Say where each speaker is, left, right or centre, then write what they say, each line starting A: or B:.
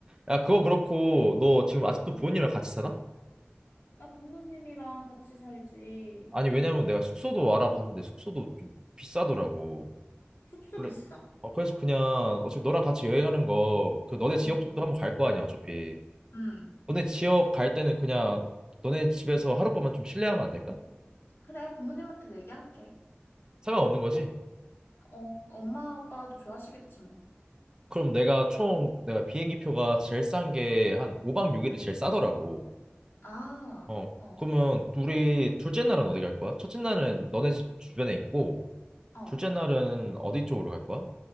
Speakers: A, on the right (about 20°); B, on the left (about 75°).
A: 야, 그건 그렇고, 너 지금 아직도
B: 어?
A: 부모님이랑 같이 사나?
B: 나 부모님이랑 같이 살지.
A: 아니, 왜냐면 내가 숙소도 알아봤는데 숙소도 좀 비싸더라고.
B: 숙소
A: 그래,
B: 비싸.
A: 어, 그래서 그냥 어차피 너랑 같이 여행하는 거, 그 너네 지역
B: 응,
A: 쪽도 한번 갈 거 아니야, 어차피.
B: 응.
A: 너네 지역 갈 때는 그냥 너네 집에서 하룻밤만 좀 실내하면 안 될까?
B: 그래, 부모님한테 얘기할게.
A: 상관없는 거지?
B: 어, 엄마 아빠도 좋아하시겠지 뭐.
A: 그럼 내가 총, 내가 비행기 표가 제일 싼 게 한 5박 6일이 제일 싸더라고.
B: 아,
A: 어,
B: 어,
A: 그러면 둘이 둘째 날은 어디 갈 거야? 첫째 날은 너네 집 주변에 있고,
B: 어.
A: 둘째 날은 어디 쪽으로 갈 거야?